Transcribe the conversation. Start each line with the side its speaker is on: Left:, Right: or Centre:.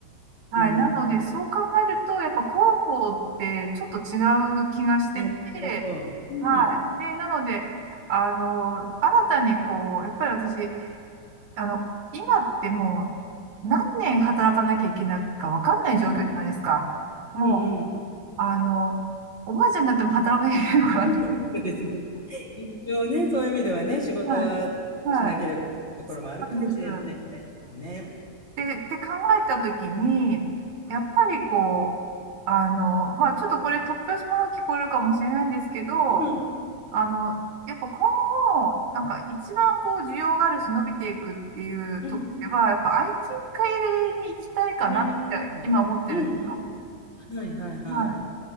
Right: はい。
Left: うん、なるほど。
Right: なので、そう考えると、やっぱ広報ってちょっと違う気がしてて、
Left: なるほど。うん、
Right: はい。で、なので、あの、新たにこう、やっぱり私、あの、今ってもう何年働かなきゃいけないかわかんない状況じゃないですか。
Left: うん、
Right: もう、
Left: うん、うん。
Right: あの、おばあちゃんになっても働かなきゃいけないのかな。
Left: そうですね。一応ね、そういう意味ではね、
Right: <laughs>
Left: 仕事はしなければいけないところもあるかもしれないですね。
Right: はい。はい。なんです。はい。で、って考えたときに、
Left: うん、うん、
Right: やっぱりこう、あの、まあちょっとこれ突拍子もの聞こえるかもしれないんですけど、
Left: うん、
Right: あの、やっぱ今後、なんか一番こう需要があるし伸びていくっていうところでは、
Left: うん
Right: やっぱ IT 系に行きたいかなって今思ってるんですよ。
Left: なるほど。うん、うん、はい、はい、はい。
Right: はい。